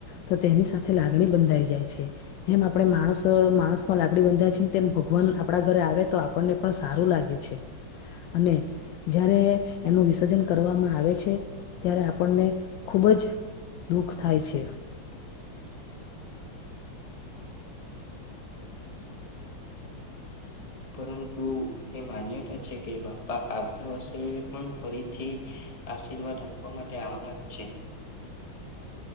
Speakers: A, on the left; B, on the left.
A: તો તેની સાથે લાગણી બંધાઈ જાય છે. જેમ આપણે માણસ માણસમાં લાગણી બધાય છે, તેમ ભગવાન આપણા ઘરે આવે તો અને પણ સારુ લાગે છે. અને જ્યારે એનુ વિસર્જન કરવામાં આવે છે, ત્યારે આપણને ખૂબ જ દુખ થાય છે.
B: પરંતુ એ માન્યતા છે કે, બાપા આવતા વર્ષે પણ ફરીથી આર્શીવાદ આપવા માટે આવવાના જ છે.